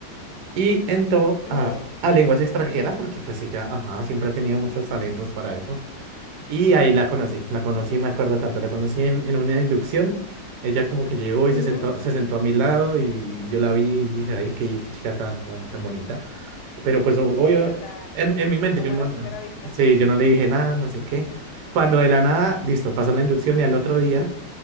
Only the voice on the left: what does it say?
Ujú,
ujú.
Verdad.
Amor
a
primera vista.